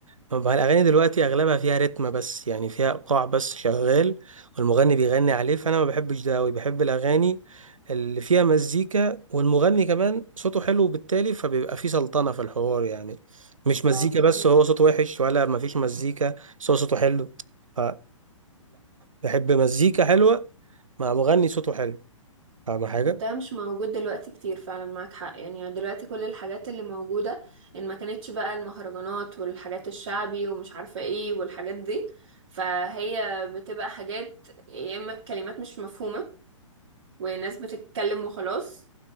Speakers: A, on the right; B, on the right.
A: طب الأغاني دلوقتي أغلبها فيها رتم بس يعني فيها إيقاع بس شغال والمغني بيغني عليه فأنا ما بحبش ده أوي بحب الأغاني اللي فيها مزيكا والمغني كمان صوته حلو بالتالي فبيبقى فيه سلطنة في الحوار يعني مش مزيكا
B: اه فاهمك
A: بس هو صوته وحش ولا مفيش مزيكا بس هو صوته حلو فلا بحب مزيكا حلوة مع مغني صوته حلو فاهم حاجة؟
B: ده مش موجود دلوقتي كتير فعلا معاك حق يعني دلوقتي كل الحاجات اللي موجودة ان ما كانتش بقى المهرجانات والحاجات الشعبي ومش عارفة ايه والحاجات دي فهي بتبقى حاجات يا اما كلمات مش مفهومة وناس بتتكلم وخلاص